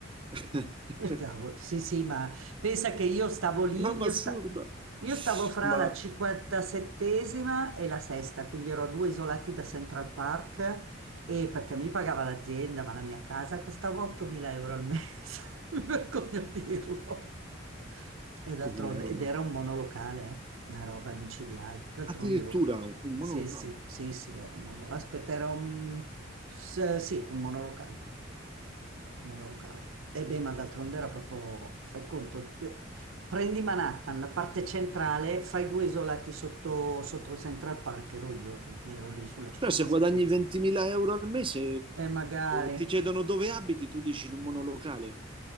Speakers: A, on the right (about 25°); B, on the right (about 80°).
A: <laughs>
B: E cavolo, sì, sì, ma pensa che io stavo lì,
A: Roba
B: io,
A: assurda.
B: sta- io stavo fra
A: Ma
B: la 57esima e la sesta, quindi ero a due isolati da Central Park e perché mi pagava l'azienda, ma la mia casa costava 8.000 euro al mese, <laughs> mi vergogno a dirlo. E d'altronde,
A: l'euro,
B: ed era un monolocale, eh, Una roba micidiale. D'altronde,
A: Addirittura
B: oh,
A: un monolocale.
B: Sì, sì, sì, sì, era un monolocale. Aspetta, era un... s- Sì, era un monolocale. Mondo locale. E beh, ma d'altronde era proprio, fai conto, d- prendi Manhattan, la parte centrale, fai due isolati sotto, sotto Central Park, ero lì, ero, ero lì sulla 57esima.
A: Cioè, se guadagni 20.000 euro al mese,
B: E magari,
A: ti chiedono dove abiti, tu dici in un monolocale.